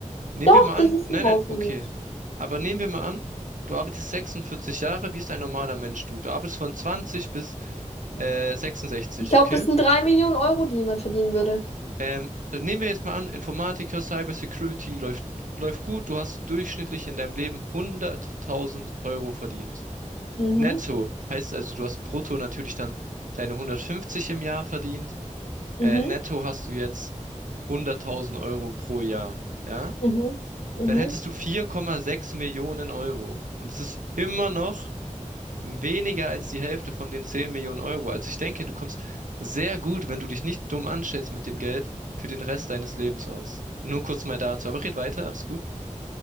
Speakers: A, on the right; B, on the left.
A: Nehmen
B: Doch,
A: wir mal
B: das
A: an,
B: ist
A: nein,
B: ein Haufen.
A: nein, okay. Aber nehmen wir mal an, du arbeitest 46 Jahre, wie es ein normaler Mensch tut. Du arbeitest von 20 bis äh, 66,
B: Ich glaube,
A: okay?
B: das sind drei Millionen Euro, die man verdienen würde.
A: Ähm, dann nehmen wir jetzt mal an, Informatiker, Cybersecurity läuft, läuft gut. Du hast durchschnittlich in deinem Leben 100.000 Euro verdient.
B: Mhm,
A: Netto heißt also, du hast brutto natürlich dann deine 150 im Jahr verdient.
B: mhm,
A: Äh, netto hast du jetzt 100.000 Euro pro Jahr, ja?
B: mhm, mhm.
A: Dann hättest du 4,6 Millionen Euro. Und es ist immer noch weniger als die Hälfte von den 10 Millionen Euro. Also ich denke, du kommst sehr gut, wenn du dich nicht dumm anstellst mit dem Geld, für den Rest deines Lebens aus. Nur kurz mal dazu. Aber red weiter, alles gut.